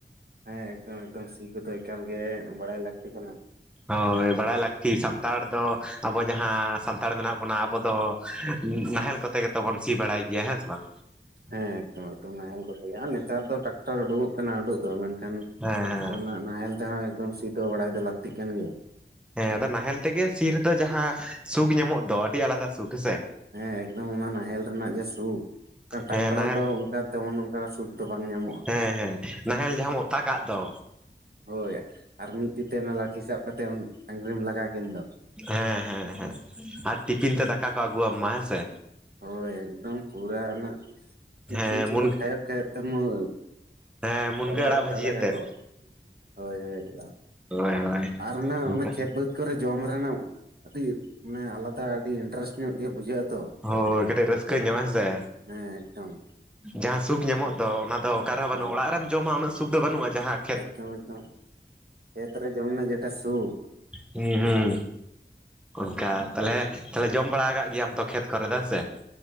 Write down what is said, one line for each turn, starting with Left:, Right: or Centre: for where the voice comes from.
Right: ᱦᱮᱸ ᱮᱠᱫᱚᱢ ᱮᱠᱫᱚᱢ ᱥᱤ ᱠᱚᱫᱚ, ᱮᱠᱟᱞ ᱜᱮ ᱵᱟᱲᱟᱭ ᱞᱟᱹᱠᱛᱤ ᱠᱟᱱᱟ᱾
Centre: ᱦᱳᱭ ᱵᱟᱲᱟᱭ ᱞᱟᱹᱠᱛᱤ ᱥᱟᱱᱛᱟᱲ ᱫᱚ, ᱟᱵᱚ ᱡᱟᱦᱟᱸ ᱥᱟᱱᱛᱟᱲ ᱢᱮᱱᱟᱜ ᱵᱚᱱᱟ ᱟᱵᱚ ᱫᱚ᱾ ᱱᱟᱦᱮᱞ ᱠᱚᱛᱮ ᱜᱮᱛᱚ ᱵᱚᱱ ᱥᱤ ᱵᱟᱲᱟᱭ ᱜᱮᱭᱟ ᱦᱮᱸᱥᱮ ᱵᱟᱝ?
Right: ᱦᱮᱸ ᱮᱠᱫᱚᱢ ᱮᱠᱫᱚᱢ ᱱᱟᱦᱮᱞ ᱠᱚᱛᱮ ᱜᱮ, ᱱᱮᱛᱟᱨ ᱫᱚ ᱴᱨᱟᱠᱴᱟᱨ ᱩᱰᱩᱠᱚᱜ ᱠᱟᱱᱟ ᱩᱰᱩᱠ ᱫᱚ ᱢᱮᱱᱠᱷᱟᱱ
Centre: ᱦᱮᱸ
Right: ᱟᱨ
Centre: ᱦᱮᱸ
Right: ᱚᱱᱟ ᱱᱟᱦᱮᱞ ᱛᱮᱦᱚᱸ, ᱮᱠᱫᱚᱢ ᱥᱤ ᱫᱚ ᱵᱟᱲᱟᱭ ᱫᱚ ᱞᱟᱹᱠᱛᱤ ᱠᱟᱱ ᱜᱮᱭᱟ᱾
Centre: ᱦᱮᱸ ᱟᱫᱚ ᱱᱟᱦᱮᱞ ᱛᱮᱜᱮ, ᱥᱤ ᱨᱮᱫᱚ ᱡᱟᱦᱟᱸ ᱥᱩᱠ ᱧᱟᱢᱚᱜ ᱫᱚ, ᱟᱹᱰᱤ ᱟᱞᱟᱫᱟ ᱥᱩᱠ ᱦᱮᱸᱥᱮ?
Right: ᱦᱮᱸ ᱮᱠᱫᱚᱢ ᱚᱱᱟ ᱱᱟᱦᱮᱞ ᱨᱮᱱᱟᱜ ᱜᱮ ᱥᱩᱠ, ᱴᱨᱟᱠᱴᱟᱨ
Centre: ᱦᱮᱸ ᱱᱟᱦᱮᱞ
Right: ᱨᱮᱫᱚ ᱠᱟ ᱛᱮᱢᱚᱱ ᱚᱱᱠᱟ ᱥᱩᱠ ᱫᱚ ᱵᱟᱝ ᱧᱟᱢᱚᱜᱼᱟ᱾
Centre: ᱦᱮᱸ ᱦᱮᱸ ᱱᱟᱦᱮᱞ ᱡᱟᱦᱟᱸᱟᱢ ᱚᱛᱟ ᱠᱟᱜ ᱫᱚ
Right: ᱦᱳᱭ ᱟᱨ ᱢᱤᱫ ᱫᱤᱛᱮ ᱚᱱᱟ ᱞᱟᱴᱷᱤ ᱥᱟᱵ ᱠᱟᱛᱮ ᱰᱟᱝᱨᱤᱢ ᱞᱟᱜᱟ ᱠᱤᱱ ᱫᱚ᱾
Centre: ᱦᱮᱸ ᱦᱮᱸ ᱦᱮᱸ ᱟᱨ ᱴᱤᱯᱷᱤᱱ ᱛᱮ ᱫᱟᱠᱟ ᱠᱚ ᱟᱹᱜᱩᱣᱟᱢᱟ ᱦᱮᱸᱥᱮ᱾
Right: ᱦᱳᱭ ᱮᱠᱫᱚᱢ ᱯᱩᱨᱟ ᱩᱱᱟᱹᱜ ᱴᱤᱯᱷᱤᱱ
Centre: ᱦᱮᱸ
Right: ᱥᱩᱫᱷᱟ
Centre: ᱢᱩᱱ
Right: ᱠᱷᱟᱭᱚᱜ ᱠᱷᱟᱭᱚᱜ ᱛᱮ ᱢᱟᱨ
Centre: ᱦᱮᱸ ᱢᱩᱱᱜᱟᱹ
Right: ᱪᱟᱵᱟ
Centre: ᱟᱲᱟᱜ
Right: ᱜᱚᱫ ᱠᱟᱜᱼᱟ
Centre: ᱵᱷᱟᱹᱡᱤ
Right: ᱫᱟᱠᱟ
Centre: ᱟᱛᱮᱫ
Right: ᱠᱚ᱾ ᱦᱳᱭ ᱦᱳᱭ ᱮᱠᱫᱚᱢ
Centre: ᱦᱳᱭ ᱦᱳᱭ
Right: ᱟᱨ ᱚᱱᱟ
Centre: ᱚᱱᱠᱟ
Right: ᱚᱱᱟ ᱠᱷᱮᱛ ᱵᱟᱹᱫᱽᱼᱼ ᱠᱚᱨᱮ ᱡᱚᱢ ᱨᱮᱱᱟᱜ ᱟᱹᱰᱤ ᱢᱟᱱᱮ ᱟᱞᱟᱫᱟ ᱟᱹᱰᱤ ᱤᱱᱴᱟᱨᱮᱥᱴ ᱧᱚᱜ ᱜᱮ ᱵᱩᱡᱷᱟᱹᱜᱼᱼ
Centre: ᱦᱳᱭ ᱠᱟᱹᱴᱤᱡ ᱨᱟᱹᱥᱠᱟᱹ ᱧᱚᱜᱼᱟ ᱦᱮᱸᱥᱮ
Right: ᱦᱮᱸ ᱮᱠᱫᱚᱢ᱾
Centre: ᱡᱟᱦᱟᱸ ᱥᱩᱠ ᱧᱟᱢᱚᱜ ᱫᱚ ᱚᱱᱟ ᱫᱚ ᱚᱠᱟᱨᱦᱚᱸ ᱵᱟᱹᱱᱩᱜᱼᱟ
Right: ᱦᱳᱭ
Centre: ᱚᱲᱟᱜ ᱨᱮᱢ ᱡᱚᱢᱟ ᱩᱱᱟᱹᱜ ᱥᱩᱠ ᱫᱚ ᱵᱟᱹᱱᱩᱜᱼᱟ ᱡᱟᱦᱟᱸᱼᱼ
Right: ᱮᱠᱫᱚᱢ ᱮᱠᱫᱚᱢ ᱠᱷᱮᱛ ᱨᱮ ᱡᱮᱢᱚᱱ ᱡᱮᱴᱟ ᱥᱩᱠᱼᱼ
Centre: ᱦᱩᱸ ᱦᱩᱸ ᱚᱱᱠᱟ ᱛᱟᱦᱚᱞᱮ ᱛᱟᱦᱞᱮ ᱡᱚᱢ ᱵᱟᱲᱟ ᱠᱟᱜ ᱜᱮᱭᱟᱢ ᱛᱚ ᱠᱷᱮᱛ ᱠᱚᱨᱮ ᱫᱚ ᱦᱮᱸ ᱥᱮ᱾